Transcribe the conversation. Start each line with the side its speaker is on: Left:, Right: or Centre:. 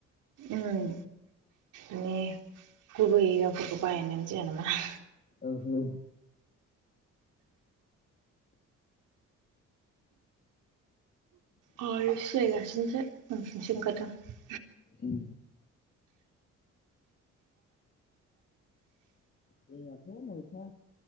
Right: ओम माने गुबै रावफोरखौ बाहायनानै जाया नामा ।
Left: ओहो
Right: हाय सियाय गासिनोसै उन्दुनोसो ओंखारदों आं
Left: उम जोंआथ' नयथा